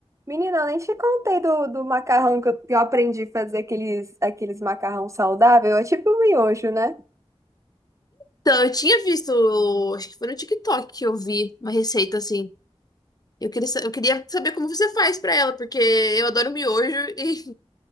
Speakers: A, on the right; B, on the left.
A: Menina, eu nem te contei do, do macarrão que eu, que eu aprendi a fazer aqueles, aqueles macarrão saudável. É tipo um miojo, né?
B: Então, eu tinha visto, acho que foi no TikTok que eu vi uma receita assim. Eu queria, sa- eu queria saber como você faz pra ela, porque eu adoro miojo e